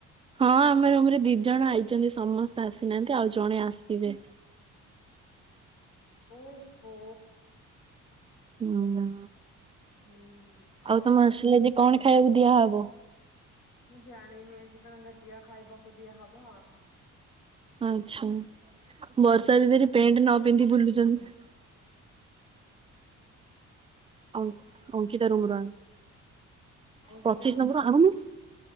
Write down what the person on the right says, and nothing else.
ହଁ ଆମ ରୁମ୍ ରେ ଦି ଜଣ ଆଇଛନ୍ତି। ସମସ୍ତେ ଆସିନାହାନ୍ତି ଆଉ ଜଣେ ଆସିବେ।
ହୁଁ।
ତମ ହଷ୍ଟେଲ ଆଜି କଣ ଖାଇବାକୁ ଦିଆହବ।
ଆଚ୍ଛା। ବର୍ଷା
ଦିଦି ଏଠି ପେଣ୍ଟେ ନ ପିନ୍ଧି ବୁଲୁଛନ୍ତି। ଆଉ ଅଙ୍କିତା ରୁମ୍ ରୁ ଆଣେ।
ପଚିଶ୍ ନମ୍ବର ଆଣୁନୁ।